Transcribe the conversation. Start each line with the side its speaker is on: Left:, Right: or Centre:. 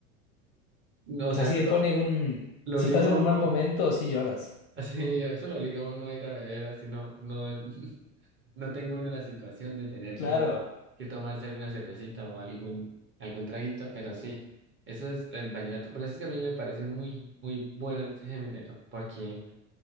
Right: No, O
Left: o
Right: sea,
Left: sea, sí
Right: eso
Left: te
Right: lo,
Left: ponen un,
Right: lo
Left: si
Right: obliga
Left: estás en
Right: a uno,
Left: un mal momento, sí lloras.
Right: <laughs> así, eso lo obliga a uno a ir a beber, así no, no, <laughs> no tenga uno la situación de tener
Left: Claro,
Right: que, que tomarse alguna cervecita o algún, algún traguito, pero sí, eso es el vallenato. Por eso es que a mí me parece muy, muy bueno el género, porque